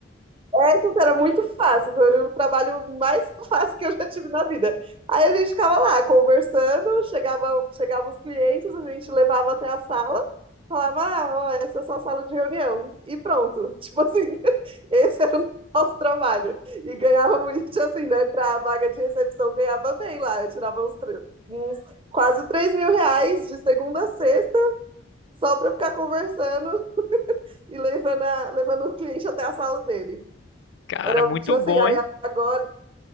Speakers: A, on the right; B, on the left.
A: essa era muito fácil, foi o trabalho mais <laughs> fácil que eu já tive na vida. Aí a gente ficava lá conversando, chegava, chegava os clientes, a gente levava até a sala, falava, ah, ó, essa é a sua sala de reunião, e pronto. <laughs> Tipo assim, <laughs> esse era o nosso trabalho. E ganhava muito, <laughs> assim, né, para a vaga de recepção, ganhava bem lá, eu tirava uns, tr- uns quase três mil reais de segunda a sexta, só para ficar conversando e levando, a- levando o cliente até a sala dele.
B: cara,
A: Era
B: muito
A: tipo assim,
B: bom,
A: aí
B: hein?
A: agora,